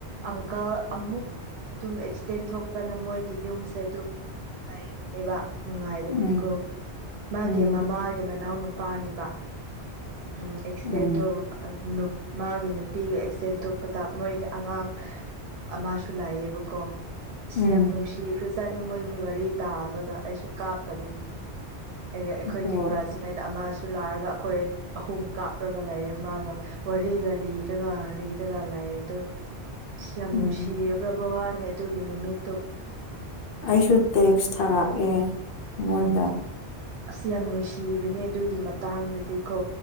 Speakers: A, on the right (about 70°); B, on the left (about 60°).
A: ꯑꯪꯀꯜ ꯑꯃꯨꯛ ꯑꯗꯨꯝ ꯑꯦꯛꯁꯤꯗꯦꯟ ꯊꯣꯛꯇꯅ ꯃꯣꯏꯒꯤ ꯌꯨꯝꯁꯦ ꯑꯗꯨꯝ ꯅꯨꯡꯥꯏꯌꯦꯕꯅꯦꯕ <unintelligible> ꯅꯨꯡꯉꯥꯏꯗꯕꯗꯤꯀꯣ
B: ꯎꯝ
A: ꯃꯥꯒꯤ
B: ꯎꯝ
A: ꯃꯃꯥꯒꯤ ꯃꯅꯥꯎ ꯅꯨꯄꯥꯅꯦꯕ ꯎꯝ ꯑꯦꯛꯁꯤꯗꯦꯟ
B: ꯎꯝ
A: ꯊꯣꯛ ꯅꯨꯞ ꯃꯥꯒꯤ ꯅꯨꯄꯤꯒ ꯑꯦꯛꯁꯤꯗꯦꯟ ꯊꯣꯛꯄꯗ ꯃꯣꯏꯒꯤ ꯑꯉꯥꯡ ꯑꯃꯁꯨ ꯂꯩꯌꯦꯕꯀꯣ ꯑ꯭ꯁ
B: ꯎꯝ
A: ꯌꯥꯝ ꯅꯨꯡꯁꯤꯈ꯭ꯔꯖꯥꯠꯅꯤ ꯃꯣꯏꯒꯤ ꯋꯥꯔꯤ ꯇꯥꯕꯗ ꯑꯩꯁꯨ ꯀꯥꯞꯄꯅꯤ ꯑꯩ ꯑꯩꯈꯣꯏꯒꯤ
B: ꯍꯣꯏ
A: ꯀ꯭ꯂꯥꯁꯃꯦꯠ ꯑꯃꯁꯨ ꯂꯥꯛꯑꯒ ꯑꯩꯈꯣꯏ ꯑꯍꯨꯝ ꯀꯥꯞꯔꯒ ꯂꯩꯌꯦ ꯃꯥꯒ ꯋꯥꯔꯤꯒ ꯂꯤꯔꯒ ꯂꯤꯔꯒ ꯂꯩꯕꯗꯨ ꯑ꯭ꯁ ꯌꯥꯝ
B: ꯎꯝ
A: ꯅꯨꯡꯁꯤꯒ꯭ꯔꯕ ꯋꯥꯅꯦ ꯑꯗꯨꯒꯤ ꯅꯨꯃꯤꯠꯇꯨ
B: ꯑꯩꯁꯨ ꯇꯦꯛꯁ ꯊꯥꯔꯛꯑꯦ ꯃꯉꯣꯟꯗ
A: ꯎꯝ ꯑ꯭ꯁ ꯌꯥꯝ ꯅꯨꯡꯁꯤꯕꯅꯦ ꯑꯗꯨꯒꯤ ꯃꯇꯥꯡꯗꯗꯤꯀꯣ